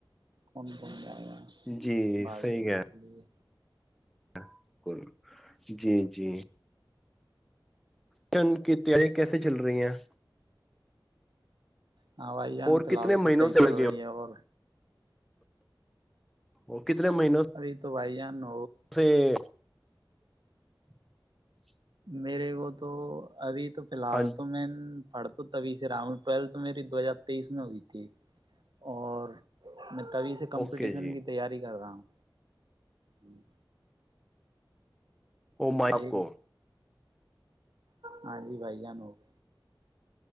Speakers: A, on the right (about 65°); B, in the centre.
A: کون کون جا
B: جی
A: بھاگ
B: صحیح
A: لینے
B: کہہ رہے
A: کے لیے
B: <unintelligible> جی جی شن کی تیاری کیسے چل رہی ہیں
A: ہاں بھائی جان
B: اور
A: فی
B: کتنے
A: الحال
B: مہینوں
A: تو صحیح
B: سے
A: چل
B: لگے
A: رہی ہے اور
B: <unintelligible> کتنے مہین
A: ابھی <unintelligible>
B: <unintelligible> <unintelligible>
A: میرے کو تو ابھی تو فی الحال
B: ہاں
A: تو مین پڑھ تو تبھی سے راوں ٹویلتھ تو میری دو ہزار تیئیس میں ہوئی تھی اور میں تبھی سے کمپٹیشن
B: اوکے جی
A: کی تیاری کر رہا ہوں <unintelligible>
B: ا ما
A: ایک
B: کو
A: ہاں جی بھائی جان ہو گ